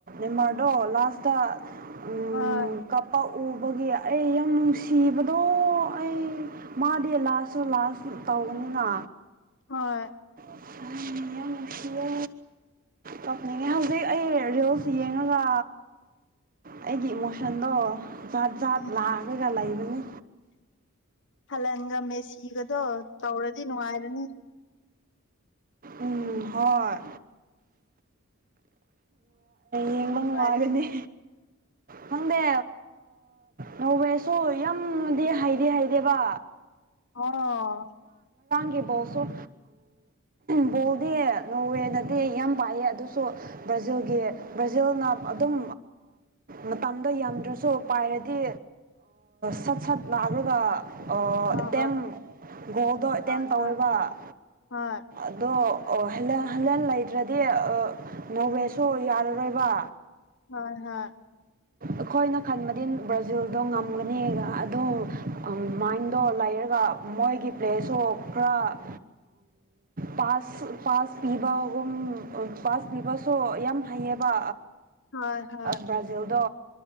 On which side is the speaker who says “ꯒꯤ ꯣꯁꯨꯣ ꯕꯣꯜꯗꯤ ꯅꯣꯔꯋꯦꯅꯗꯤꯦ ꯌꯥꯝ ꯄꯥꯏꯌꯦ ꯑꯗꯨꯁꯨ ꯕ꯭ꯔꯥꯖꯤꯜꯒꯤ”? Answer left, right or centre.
Right